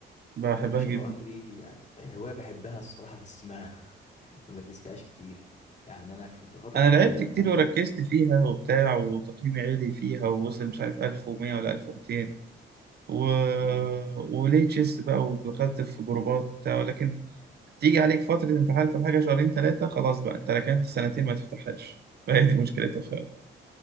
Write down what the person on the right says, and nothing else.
بحبها
جدا
أنا
لعبت كتير
وركزت فيها وبتاع وتقييمي عالي فيها ووصل مش عارف 1100 ولا 1200 و...
وليه تشيس بقى ودخلت في جروبات وبتاع ولكن تيجي عليك فترة امتحانات ولا حاجة شهرين ثلاثة خلاص بقى أنت ركنت سنتين ما تفتحهاش <laughs> فهي دي مشكلتها فعلا